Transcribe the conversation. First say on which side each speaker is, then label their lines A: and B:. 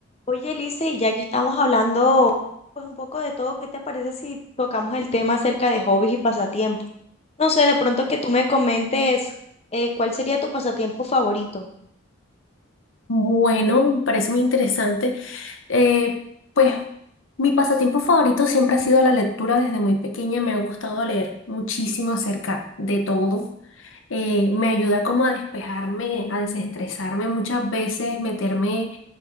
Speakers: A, on the left; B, on the left.
A: Oye, Elise, y ya que estamos hablando pues un poco de todo, ¿qué te parece si tocamos el tema acerca de hobbies y pasatiempos? No sé, de pronto que tú me comentes eh, cuál sería tu pasatiempo favorito.
B: Bueno, me parece muy interesante. Eh, pues mi pasatiempo favorito siempre ha sido la lectura desde muy pequeña. Me ha gustado leer muchísimo acerca de todo. Eh, me ayuda como a despejarme, a desestresarme muchas veces, meterme